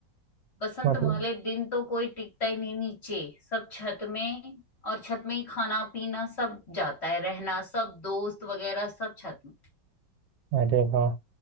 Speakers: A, on the left; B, on the right.
A: बसंत
B: मतलब
A: वाले दिन तो कोई टिकता ही नहीं नीचे सब छत में और छत में ही खाना पीना सब जाता है रहना सब दोस्त वगैरह सब छत में
B: अरे वाह